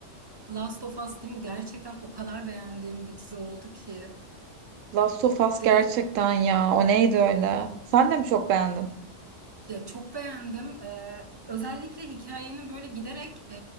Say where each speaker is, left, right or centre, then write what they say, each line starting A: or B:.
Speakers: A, on the right; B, on the right.
A: Last of Us değil mi? Gerçekten o kadar beğendiğim bir dizi oldu ki.
B: Last of Us
A: Dedi,
B: gerçekten ya o neydi öyle? Sen de mi çok beğendin?
A: Ya çok beğendim. Ee, özellikle hikayenin böyle giderek e,